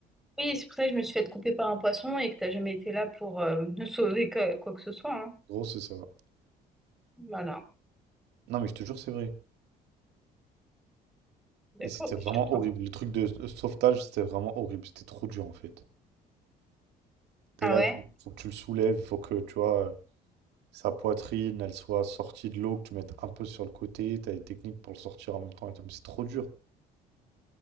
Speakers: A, in the centre; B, on the right.
A: Oui, c'est pour ça que je me suis fait couper par un poisson et que t'as jamais été là pour euh, <laughs> me sauver que- quoi que ce soit. hein.
B: Gros, c'est ça.
A: Voilà.
B: Non, mais je te jure, que c'est vrai.
A: D'accord,
B: Et c'était
A: ben,
B: vraiment
A: je te crois
B: horrible.
A: pas.
B: Le truc de de sauvetage, c'était vraiment horrible. C'était trop dur en fait. T'es
A: Ah
B: là,
A: ouais?
B: il faut, que tu le soulèves, il faut que tu vois euh, sa poitrine, elle soit sortie de l'eau, que tu mettes un peu sur le côté. T'as des techniques pour le sortir en même temps et tout. Mais c'est trop dur.